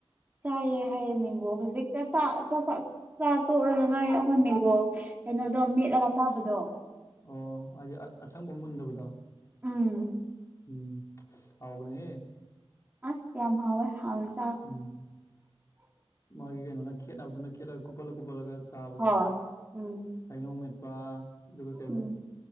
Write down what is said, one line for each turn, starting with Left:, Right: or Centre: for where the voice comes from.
Right: ꯆꯥꯏꯌꯦ ꯍꯩ ꯃꯦꯡꯒꯣ ꯍꯧꯖꯤꯛꯇ ꯆꯥ ꯆꯥꯛ ꯆꯥ ꯆꯥ ꯇꯣꯛꯔꯒ ꯉꯥꯏꯔꯦ ꯑꯩꯈꯣꯏ ꯃꯦꯡꯒꯣ ꯀꯩꯅꯣꯗꯣ ꯃꯦꯠꯂꯒ ꯆꯥꯕꯗꯣ
Left: ꯑꯣ ꯍꯥꯏꯗꯤ ꯑ ꯑꯁꯪꯕ ꯃꯨꯟꯗꯕꯗꯣ
Right: ꯎꯝ
Left: ꯎꯝ ꯍꯥꯎꯕꯅꯤꯍꯦ
Right: ꯑꯥ ꯌꯥꯝ ꯍꯥꯎꯋꯦ <unintelligible>
Left: ꯎꯝ ꯃꯥꯒꯤ ꯀꯩꯅꯣꯅ ꯈꯦꯠꯅꯕꯗꯨꯅ ꯈꯦꯠꯂꯒ ꯀꯨꯞꯄꯜꯂ ꯀꯨꯞꯄꯜꯂꯒ ꯆꯥꯕꯗꯣ
Right: ꯍꯣꯏ ꯎꯝ
Left: ꯍꯩꯅꯧ ꯃꯦꯠꯄ ꯑꯗꯨꯒ ꯀꯩꯕ
Right: ꯎꯝ